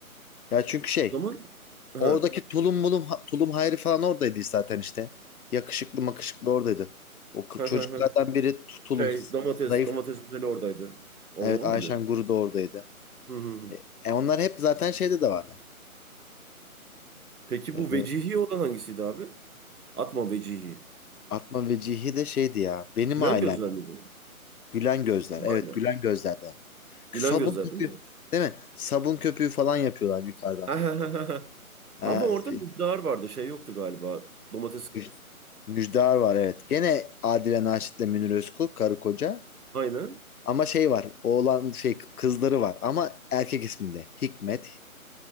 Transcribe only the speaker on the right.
O zaman ha,
ha,
ha, ha.
Şey domates
domates güzeli oradaydı. O,
o
muydu?
Hı hı hı.
Peki
bu vecihi olan hangisiydi abi? Atma vecihi.
Gülen
gözler miydi? Değil
mi
aynen?
Gülen
gözler
değil mi?
Ha, ha, ha, ha, ha.
Ama orada
müjdar vardı. Şey yoktu galiba. Domates
aynen.